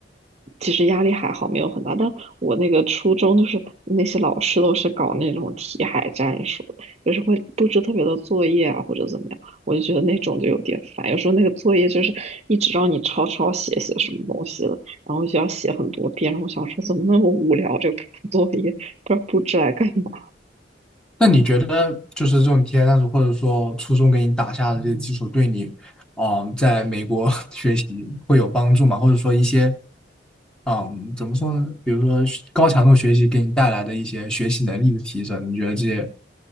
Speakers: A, on the right (about 35°); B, in the centre.
A: 其实压力还好，没有很大。但我那个初中就是那些老师都是搞那种题海战术，就是会布置特别多作业啊或者怎么样，我就觉得那种就有点烦。有时候那个作业就是一直让你抄抄写写什么东西的。然后就要写很多遍。然后我想说，怎么那么无聊？这个布作业不知道布置来干嘛？
B: 那你觉得就是这种体验探索，或者说初中给你打下的这些基础，对你，嗯，在美国 <laughs> 学习会有帮助吗？或者说一些，嗯，怎么说呢？比如说学高强度学习给你带来的一些学习能力的提升，你觉得这些